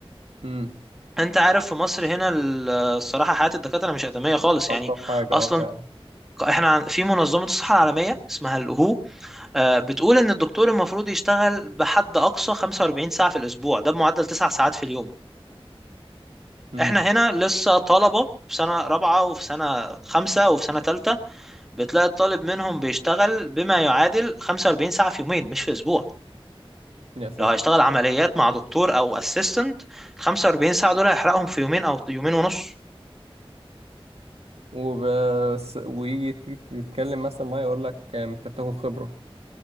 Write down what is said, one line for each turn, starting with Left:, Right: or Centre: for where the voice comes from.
Right: امم
Centre: أنت عارف في مصر هنا ال- الصراحة حياة الدكاترة مش آدمية خالص
Right: الطف
Centre: يعني
Right: حاجه
Centre: أصلا
Right: اه فعلا
Centre: احنا عن- في منظمة الصحة العالمية اسمها الهو بتقول إن الدكتور المفروض يشتغل بحد أقصى 45 ساعة في الأسبوع ده بمعدل 9 ساعات في اليوم
Right: امم
Centre: احنا هنا لسه طلبة في سنة رابعة وفي سنة خمسة وفي سنة تالتة بتلاقي الطالب منهم بيشتغل بما يعادل 45 ساعة في يومين مش في أسبوع
Right: يا ساتر
Centre: لو هيشتغل عمليات مع دكتور أو أسيستنت 45 ساعة دول هيحرقهم في يومين أو يومين ونص
Right: وبس ويجي تيجي تتكلم مثلا ما يقول لك آم، انت بتاخد خبره